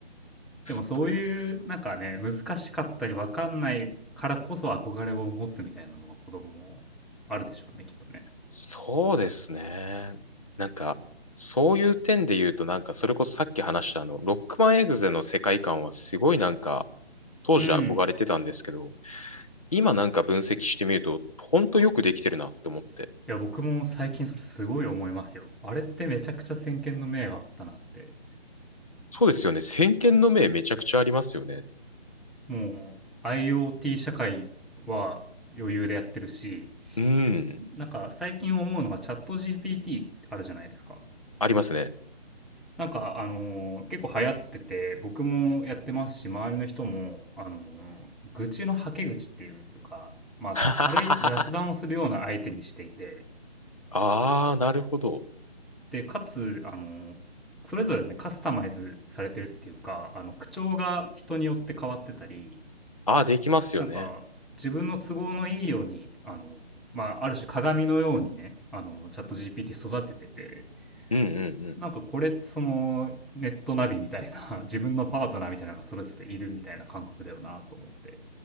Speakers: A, in the centre; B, on the left.
A: でもそういう、
B: そうだ
A: なんかね、難しかったりわかんないからこそ憧れを持つみたいなのが子供あるでしょうね、きっとね。
B: そうですね。なんか、そういう点で言うと、なんか、それこそさっき話したあの、ロックマンエグゼの世界観はすごいなんか、当時憧れてたんですけど、
A: うん。
B: 今なんか分析してみると、ほんとよくできてるなって思って。
A: いや、僕も最近それすごい思いますよ。あれってめちゃくちゃ先見の明があったなって。
B: うんうんそうですよね。先見の明めちゃくちゃありますよね。
A: もう IoT 社会は余裕でやってるし、
B: うん。
A: なんか最近思うのがチャット GPT あるじゃないですか。
B: ありますね。
A: なんかあのー結構流行ってて、僕もやってますし、周りの人も、あのー愚痴のはけ口っていうか、まあ軽い雑談をするような相手にしていて、
B: <laughs> ああ、なるほど。
A: で、かつ、あの、それぞれね、カスタマイズされてるっていうか、あの、口調が人によって変わってたり、
B: ああ、できますよね。
A: なんか、自分の都合のいいように、あの、まあ、ある種鏡のようにね、あの、チャット GPT 育ててて、
B: うんうん
A: なんかこれってその、ネットナビみたいな、<laughs> 自分のパートナーみたいなのがそれぞれいるみたいな感覚だよなと思って。